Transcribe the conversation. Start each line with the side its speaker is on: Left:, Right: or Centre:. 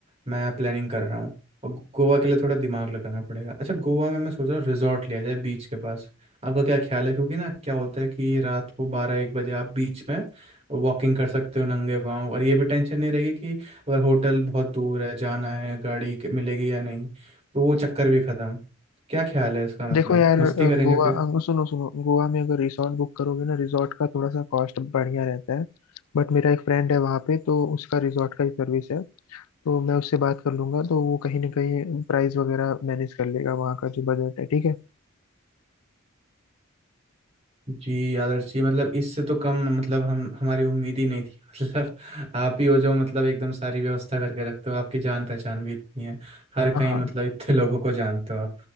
Right: मैं प्लानिंग कर रहा हूँ और गोवा के लिए थोड़ा दिमाग लगाना पड़ेगा अच्छा गोवा में मैं सोच रहा हूँ रिजॉर्ट लिया जाए बीच के पास आपका क्या ख्याल है क्योंकि ना क्या होता है कि रात को बारह एक बजे आप बीच में वॉकिंग कर सकते हो नंगे पाँव और ये भी टेंशन नहीं रहेगी कि अगर होटल बहुत दूर है जाना है गाड़ी के- मिलेगी या नहीं तो वो चक्कर भी खत्म क्या ख्याल है इसका मतलब
Left: देखो यार अ,
Right: मस्ती करेंगे
Left: गोवा
Right: फिर
Left: अ, सुनो सुनो गोवा में अगर रिसॉर्ट बुक करोगे ना रिसॉर्ट का थोड़ा सा कॉस्ट बढ़िया रहता है बट मेरा एक फ्रेंड है वहाँ पे तो उसका रिसॉर्ट का ही सर्विस है तो मैं उससे बात कर लूंगा तो वो कहीं ना कहीं प्राइस वगैरह मैनेज कर लेगा वहाँ का जो बजट है ठीक है
Right: जी आदर्श जी मतलब इससे तो कम मतलब हम हमारी उम्मीद ही नहीं थी <laughs> मतलब आप ही हो जो मतलब एकदम सारी व्यवस्था करके रखते हो आपकी जान पहचान भी इतनी है हर
Left: हाँ
Right: कहीं
Left: हाँ
Right: मतलब इतने <laughs> लोगों को जानते हो आप